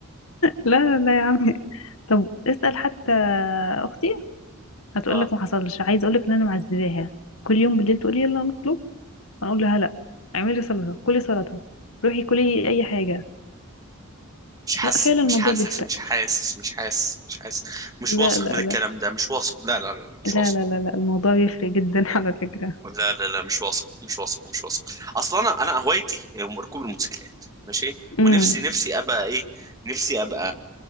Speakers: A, on the left; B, on the right.
A: لا لا يا عمي طب اسأل حتى أختي هتقولك
B: اه
A: ما حصلش عايزة أقولك إن أنا معذباها كل يوم بالليل تقولي يلا نطلب هنقول لها لا اعملي سلطة كلي سلطة روحي كلي اي حاجة
B: مش حاسك
A: لا فعلا الموضوع
B: مش حاسس
A: بيفرق
B: مش حاسس مش حاسس مش حاسس مش
A: لا
B: واثق
A: لا
B: من الكلام
A: لا
B: ده مش واثق لا لا لا مش
A: لا
B: واثق
A: لا لا, لا. الموضوع بيفرق جدا <laughs> على فكرة
B: لا لا لا مش واثق مش واثق مش واثق اصلا انا انا هوايتي هي ركوب الموتوسيكلات ماشي
A: امم
B: ونفسي نفسي ابقى ايه نفسي ابقى